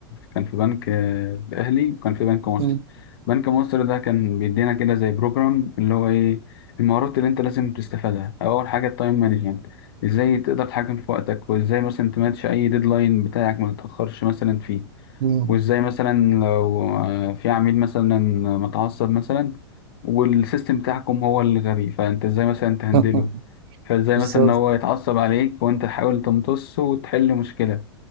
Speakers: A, on the left; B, on the right.
A: كان في بنك الاهلي وكان في بنك مصر
B: مم.
A: بنك مصر ده كان بيدينا كده زي بروجرام اللي هو ايه المهارات اللي انت لازم تستفادها اول حاجه التايم مانجمنت ازاي تقدر تتحكم في وقتك وازاي مثلا تماتش اي ديدلاين بتاعك ما تتاخرش مثلا فيه
B: مم.
A: وازاي مثلا لو آه، في عميل مثلا متعصب مثلا والسيستم بتاعكم هو اللي غبي فانت ازاي مثلا تهندله
B: <laughs>
A: فازاي
B: بالظبط
A: مثلا ان هو يتعصب عليك وانت تحاول تمتصه وتحل مشكلة